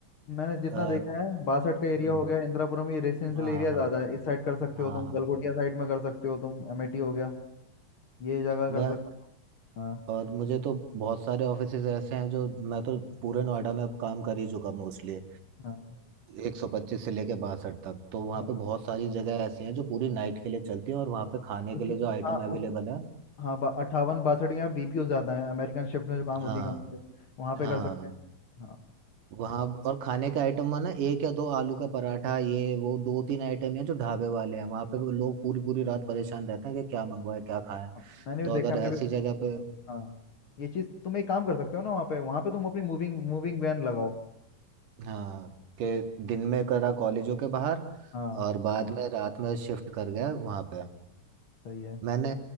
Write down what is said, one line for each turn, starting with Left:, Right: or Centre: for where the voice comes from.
Left: मैंने जितना
Right: अ,
Left: देखा है बासठ का एरिया
Right: हम्म
Left: हो गया इंदिरापुरम ये रेजिडेंशियल
Right: हाँ
Left: एरिया
Right: हाँ
Left: ज़्यादा है इस साइड कर सकते
Right: हाँ
Left: हो तुम
Right: हाँ
Left: गलगोटिया
Right: हाँ
Left: साइड में कर सकते हो तुम अमेठी हो गया ये जगह
Right: मैं
Left: कर सकते हो हाँ
Right: और मुझे तो बहुत सारे ऑफिसेज ऐसे हैं जो मैं तो पूरे नोएडा में अब काम कर ही चुका मोस्टली
Left: हाँ
Right: एक सौ पच्चीस से लेके बासठ तक तो वहाँ
Left: हाँ
Right: पे बहुत सारी जगह ऐसी हैं जो पूरी नाइट के लिए चलती हैं और वहाँ पे खाने
Left: बीपीओ
Right: के लिए जो आइटम
Left: हाँ
Right: अवेलेबल
Left: उस
Right: है
Left: हाँ बा, अट्ठावन बासठ या बीपीओ ज़्यादा है अमेरिकन शिफ्ट में जो काम होती
Right: हाँ
Left: है कंपनी में, वहाँ पे
Right: हाँ
Left: कर सकते हैं हाँ
Right: वहाँ और खाने का आइटम माना एक या दो आलू का पराठा ये वो दो तीन आइटम है जो ढाबे वाले हैं वहाँ पे वो लोग पूरी पूरी रात परेशान रहते हैं कि क्या मंगवाए क्या खाएं
Left: हाँ, मैंने भी
Right: तो
Left: देखा
Right: अगर
Left: है, मैं
Right: ऐसी
Left: भी
Right: जगह पे
Left: हाँ ये चीज़ तुम एक काम कर सकते हो ना वहाँ पे वहाँ पे तुम अपनी मूविंग मूविंग वैन लगाओ
Right: हाँ कि दिन में करा कॉलेजों के बाहर
Left: हाँ
Right: और बाद में रात में शिफ्ट कर गया वहाँ पे
Left: सही है
Right: मैंने